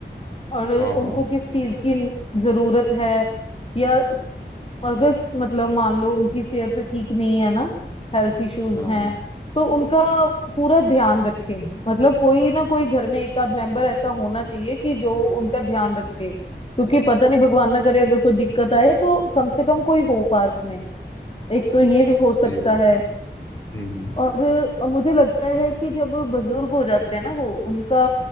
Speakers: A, on the left (about 30°); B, on the left (about 15°).
A: और उनको
B: हाँ हाँ
A: किस चीज की जरूरत है या स- अगर मतलब मान लो उनकी सेहत ठीक नहीं है ना हेल्थ इश्यूज
B: हाँ
A: हैं तो उनका पूरा ध्यान रखें मतलब कोई ना कोई घर में एक आध मेंबर ऐसा होना चाहिए कि जो उनका ध्यान रखे क्योंकि पता नहीं भगवान ना करे अगर कोई दिक्कत आए तो कम से कम कोई हो पास में एक तो ये हो
B: सही
A: सकता
B: बात
A: है
B: हम्म हम्म
A: और और मुझे लगता है कि जब बुजुर्ग हो जाते हैं ना वो उनका